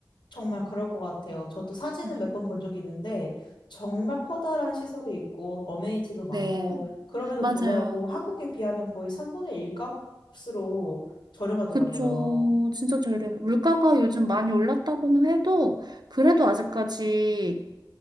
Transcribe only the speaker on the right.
네.
네.
맞아요.
그쵸. 진짜 저렴해. 물가가 요즘 많이 올랐다고는 해도, 그래도 아직까지